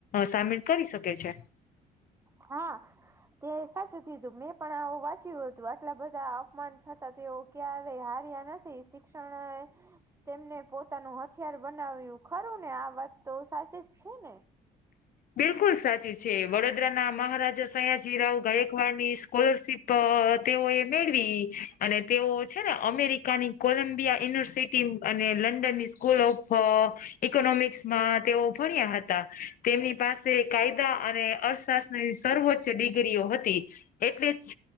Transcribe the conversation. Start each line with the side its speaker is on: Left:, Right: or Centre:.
Left: સામે. મીલ કરી શકે છે.
Right: હા. તે સાચું કીધું. મેં પણ આવું વાંચ્યું હતું, આટલા બધા અપમાન છતાં તેઓ ક્યારે હાર્યા નથી, શિક્ષણ તેમને પોતાનું હથિયાર બનાવ્યું, ખરું ને, આ વાત તો સાચે જ છે ને.
Left: બિલકુલ સાચી છે. વડોદરાના મહારાજા સયાજીરાવ ગાયકવાડની સ્કોલરશીપ. તેઓ એ મેળવી, અને તેઓ છે ને, અમેરિકાની કોલંબિયા યુનિવર્સિટી. ટ અને લંડન ની સ્કૂલ ઓફ, ઈકોનોમિક્સ માં તેઓ ભણ્યા હતા. તેમની પાસે કાયદા અને અર્થશાસ્ત્રની સર્વોચ્ચ ડિગ્રીઓ હતી. એટલે જ